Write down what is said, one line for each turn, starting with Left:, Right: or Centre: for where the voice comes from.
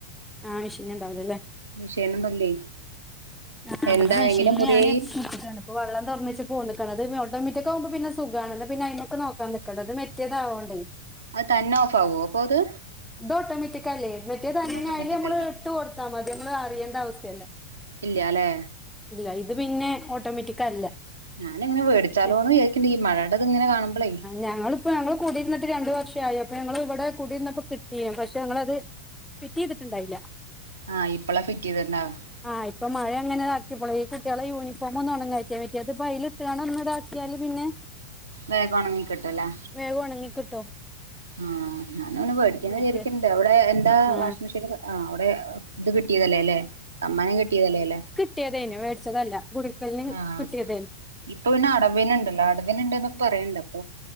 Centre: ആഹ് മിഷിന്ണ്ടാവുലല്ലേ
Right: വിഷോണെന്നുല്ലേ
Centre: ആഹ്
Right: എന്താ
Centre: ഇവിടെ മെഷീനിൽ
Right: എങ്ങനെ മുറിയായി
Centre: ഞാൻ ഇട്ടിട്ടാണ് വെള്ളം തെറന്നച്ച് പോന്ന്ക്ക്ണ് അത് <unintelligible> മാറ്റിക്കാവുമ്പോ പിന്നെ സുഖാണോ പിന്നെ അയ്മക്ക് നോക്കാൻ നിക്കണ്ട ഇത് മറ്റേതാവണ്ടേ
Right: അത് തന്നെ ഓഫാവോ അപ്പ അത്
Centre: ഇത് ഓട്ടോമാറ്റിക്കല്ലേ മറ്റേത് തന്നെ
Right: ഓട്ടോമാറ്റിക്
Centre: അയ്ല് നമ്മള്
Right: അല്ല
Centre: ഇട്ട് കൊടുത്താൽ മതി നമ്മള് അറിയേണ്ട അവശ്യല്ല
Right: ഇല്ല്യ ഇന്നലെ
Centre: ഇല്ല ഇത് പിന്നെ ഓട്ടോമാറ്റിക് അല്ല
Right: ഞാനിങ്ങനെ മേടിച്ചാലോന്ന്
Centre: ഞ-
Right: വിചാരിക്ക്ണ്ണ്ട് ഈ മഴണ്ടത്ങ്ങനെ കാണുമ്പളെ
Centre: ഞങ്ങളിപ്പോ ഞങ്ങങ്ങള് കൂടിരുന്നിട്ട് രണ്ടു വർഷായി അപ്പൊ ഞങ്ങള് ഇവിടെ കുടിരുന്നപ്പോ കിട്ട് ഇല്ല്യ പക്ഷെ ഞങ്ങളത് ഫിറ്റ് ചെയ്തിട്ട്ണ്ടായില്ല
Right: ആഹ് ഇപ്പളാ ഫിറ്റ് ചെയ്തിട്ട്ണ്ടാവ
Centre: ആഹ് ഇപ്പ മഴ അങ്ങനെ താക്കിയപ്പള് ഈ കുട്ട്യോളെ യൂണിഫോമെന്നും ഒണങ്ങായിട്ട് വല്ല്യത്പ്പോ അയ്ല് ഇട്ടാണ്ട് ഒന്ന്ത്ക്ക്യാല് പിന്നെ
Right: വേഗം ഒണങ്ങിക്കിട്ടുല്ലേ
Centre: വേഗം ഒണങ്ങി കിട്ടോ
Right: ആഹ് ഞാനെന്ന് വോടിക്കണന്ന്
Centre: മറ്റേ
Right: വിച്ചാരിക്ക്ണ്ട് ഔടെ എന്താ
Centre: ആ
Right: വാഷിംഗ് മിഷീല്ക്കെ ആഹ് ഔടെ ഇത് കിട്ടിയതല്ലേല്ലെ സമ്മാനം കിട്ടിയതല്ലേല്ലെ
Centre: കിട്ടിയോതോനു മേടിച്ചതല്ല ഗുരുക്കലിന്
Right: ആഹ്
Centre: കിട്ടിയതേനു
Right: ഇപ്പ പിന്നെ അടവിന്ണ്ടല്ലോ അടവിന്ണ്ട്ന്ന്പ്പ പറയ്ണ്ട്പ്പ